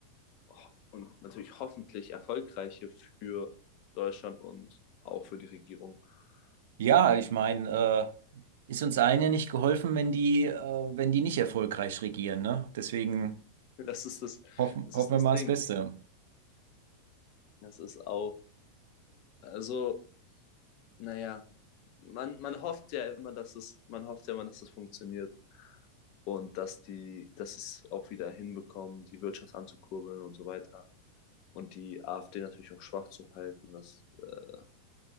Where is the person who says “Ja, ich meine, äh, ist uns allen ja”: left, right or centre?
Right